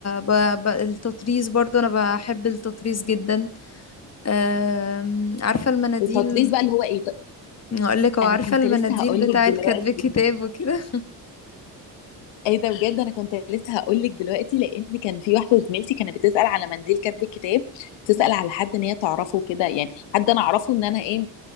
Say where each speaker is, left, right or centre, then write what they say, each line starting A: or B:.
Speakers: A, on the left; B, on the left.
A: ب... ب... التطريز برضو انا بحب التطريز جدا أم... عارفة المناديل
B: التطريز بقى اللي هو ايه
A: اقول لك هو
B: انا
A: عارفة
B: كنت
A: المناديل
B: لسه هقول
A: بتاعت
B: لك دلوقتي
A: كتب الكتاب وكده
B: ايه ده بجد انا كنت لسه هقول لك دلوقتي لان كان في واحده زميلتي كانت بتسال على منديل كاتب الكتاب تسال
A: <laughs>
B: على حد ان هي تعرفه كده يعني حد انا اعرفه ان انا ايه